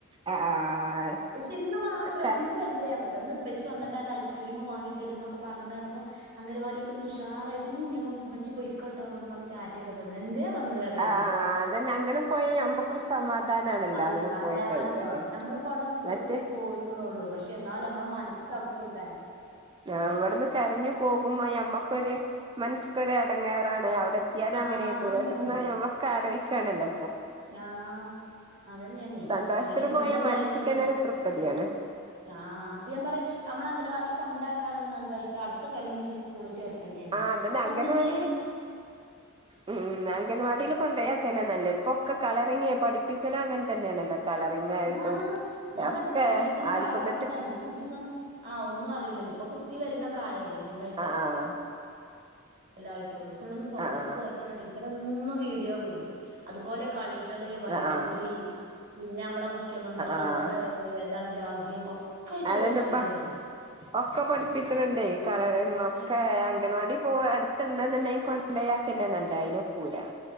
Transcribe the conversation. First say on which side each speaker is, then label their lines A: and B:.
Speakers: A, on the right; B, on the right.
A: ആഹ് ആഹ്
B: പക്ഷെ ഇന്ന് മാത്രം
A: ക
B: ഇന്നപ്പോ എന്ത അന്ന് ഉപ്പച്ചി വന്നിട്ട്ന്ന ഐസ്ക്രീമും വാങ്ങി തരും എന്നൊക്കെ പറഞ്ഞിനപ്പം അംഗനവാടിക്ക് ഉഷാറായിട്ട് ഇനി ഞമ്മ മെച്ചി പോയിക്കോട്ടോ എന്നൊക്കെ പറഞ്ഞിട്ട് ടാറ്റ റ്റക്കെ തന്നു എന്തെ വന്ന് അറിയാന്
A: ആഹ് അതന്നെ അങ്ങനെ പോയാ ഞമ്മക്കൊരു സമാധാനാണല്ലോ
B: അത്
A: അങ്ങനെ
B: പറയാണ്ടോ
A: പോയി കഴിഞ്ഞാല്
B: ഞമ്മൾഅവ ടന്ന് നിർത്തി
A: മറ്റേ
B: പോരന്നള്ളു പക്ഷെ പക്ഷെ എന്നാലും നമ്മെ മനസ്സ് അവിടെക്കക്കരാം
A: അവിടെന്ന് കരഞ്ഞു പോകുമ്പോ നമ്മക്കൊരു മനസ്സക്കൊരു എടങ്ങേറാണ് അവിടെ ഞാന
B: ആ
A: അങ്ങനെയ
B: അതന്നെയാണ്
A: ഇവിടന്ന് ഞമ്മൊക്കെ ആലോചിക്കാണല്ലോ
B: ആഹ് അതന്നെയണെ
A: സന്തോഷത്തിന്
B: എങ്ങനെയ മൂന്നര
A: പോയാ മനസ്സ്ക്കന്നെ
B: ആയിക്കയ്ഞ്ഞാ
A: ഒരു തൃപ്തിയാണ്
B: ആഹ് അത് ഞാൻ പറയാ നമ്മള അംഗലവാടി കൊണ്ടാക്കാതെന്ന എന്താ വച്ചാ അടുത്ത കൊല്ലഞ്ഞിപ്പ സ്കൂള് ചേർത്തണ്ട ഞാന്
A: ആഹ് അതന്നെ
B: അപ്പൊ
A: അംഗൻവാടിയില്
B: നമ്മള് ശീ
A: ഉം അങ്കൻവാടിൽ കൊണ്ടോക്കന്നെ നല്ലേ ഇപ്പൊ ഒക്കെ കളറിങ്ങ് പഠപ്പിക്കലോ അങ്ങനെ തന്നെയാണല്ലോ കളറിംഗ് ആയിട്ടും
B: ആ ഞാൻ
A: ഒക്കെ
B: പറയാ ടീച്ചർ
A: ആൽഫ
B: കളർ കൊടുക്ക
A: ബെറ്റിക്
B: എന്റെ കുട്ടിക്കൊന്നും ആ ഒന്നും അറില്ലോ ഇപ്പ കുത്തി വരണ പ്രായല്ലേ മൂന്ന് വയ
A: ആഹ് ആഹ്
B: സായിട്ടുള്ളു പുള്ളൊന്നും പുറത്തേക്ക്
A: ആഹ്
B: പോത്തട്ടോ ടീച്ചർ എന്നും വീഡിയോ വിടും അതുപോലെ കളികള് വൺ
A: ആഹ് ആഹ് ആഹ്
B: ടു ത്രീ പിന്നെ നമ്മളെ മുഖ്യമന്ത്രി
A: ആഹ്
B: നമ്മളെ ഇതാണ് രാജ്യം ഒക്കെ ചോദിച്ചിണ്ട്
A: അതന്നെ ഇപ്പ
B: പറയും
A: ഒക്കെ പഠിപ്പിക്കുന്നുണ്ടേ കളറിംഗ് ഒക്കെ
B: ആഹ്
A: അംഗൻവാടി പോ യിട്ടുണ്ട് എന്നുണ്ടെങ്കിൽ കൊണ്ടയാക്കന്നെ നല്ലത് അതിനൊക്കൂല